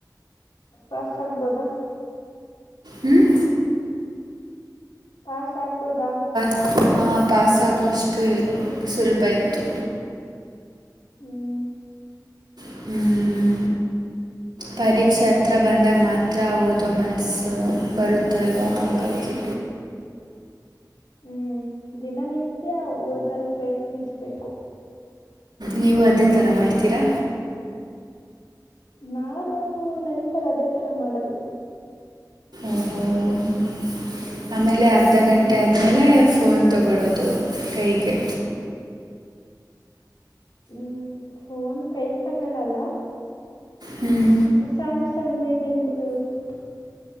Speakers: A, on the left; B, on the right.
A: ಪಾಸ್ ಆಗ್ಬೋದಾ.
B: ಹ್ಮ್
A: ಪಾಸ್ ಆಗ್ಬೋದಾ
B: ಹ ಪಾಸಾಗುವಷ್ಟು ಸುಲಭ ಇತ್ತು.
A: ಹ್ಮ್
B: <inaudible> ಪರೀಕ್ಷೆ ಹತ್ರ ಬಂದಾಗ ಮಾತ್ರ ಓದೋ ಮನಸ್ಸು ಬರುತ್ತಲ್ವಾ ಆಕಾಗಿ.
A: ಹ್ಮ್ ದಿನನಿತ್ಯ ಓದಲು ಪ್ರಯತ್ನಿಸ್ಬೇಕು.
B: ನೀವು ಅದೇ ಥರ ಮಾಡ್ತೀರಾ.
A: ನಾನು ನಂತರ ಅದೇ ತರ ಮಾಡದು.
B: ಓಹೋ ಆಮೇಲೆ ಅರ್ಧ
A: ಹ್ಮ್
B: ಗಂಟೆ ಆದ್ಮೇಲೆ ಫೋನ್ ತಗೊಳ್ಳೋದು ಕೈಗೆ.
A: ಹ್ಮ್ ಫೋನ್ ಕೈಗ್ ತಗೊಳಲ್ಲ.
B: ಹ್ಮ್
A: <unintelligible>